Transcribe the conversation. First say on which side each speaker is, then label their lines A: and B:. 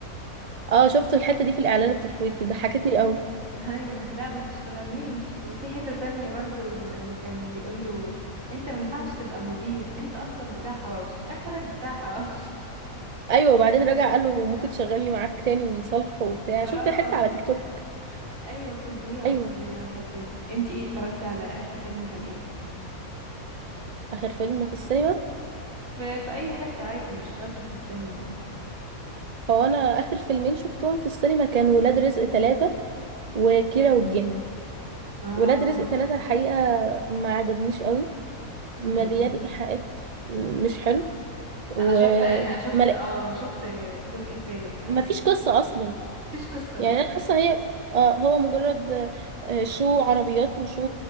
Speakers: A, on the right; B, on the right.
A: اه شفت الحته دي في الاعلان التشويقي ضحكتني قوي
B: ايوه لا ما تشتغلنيش وفي حتة تانية برضو لما كان بيقول له انت ما ينفعش تبقى مدير انت اصلا بتاع حواوشي اخرك بتاع حواوشي
A: ايوه وبعدين رجع قال له ممكن تشغلني معاك تاني ويصالحه وبتاع
B: <laughs> اه
A: شفت الحته
B: اه
A: على تيك توك
B: ايوه فظيعة
A: ايوه
B: فظيعة الحتة دي انتي ايه اتفرجتي على اخر فيلم كان ايه
A: اخر فيلم في السينما
B: في, في اي حتة عادي مش شرط في السينما يعني
A: هو انا اخر فيلمين شفتهم في السينما كان ولاد رزق ثلاثة وكيرة والجن
B: اه
A: ولاد رزق ثلاثة الحقيقه ما عجبنيش قوي
B: امم
A: مليان ايحاءات م- مش حلو وما
B: انا شفت اخر شفت اه شفت الجزء التالت اه
A: مفيش قصة اصلا
B: مفيش قصة
A: يعني
B: لا
A: انا حاسة هي آه، هو مجرد آه، شو عربيات وشو